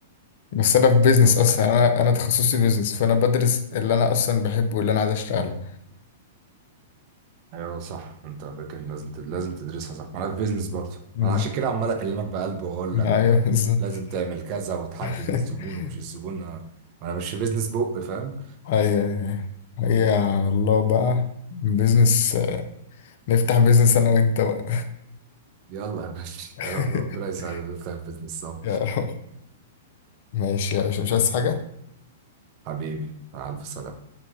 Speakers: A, on the left (about 55°); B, on the right (about 45°).
A: بس انا في بيزنس
B: طب
A: اصلا انا انا تخصصي بيزنس فانا بدرس اللي انا اصلا بحبه واللي انا عايز اشتغله
B: ايوه صح انت فاكر لازم تد... لازم تدرسها صح ما انا في بيزنس برضه
A: امم
B: انا عشان كده عمال اكلمك بقلب واقول لك
A: ايوه
B: آه،
A: بالظبط
B: لازم تعمل كذا وتحدد
A: <laughs>
B: الزبون ومش الزبون آه، ما انا مش في بيزنس بق فاهم
A: ايوه ايوه هي على الله بقى بيزنس نفتح بيزنس انا وانت بقى
B: يلا يا باشا
A: <laughs>
B: <laughs> ربنا يساعدنا نفتح بيزنس سوا
A: يا رب ماشي يا باشا مش عايز حاجه
B: حبيبي مع الف سلامة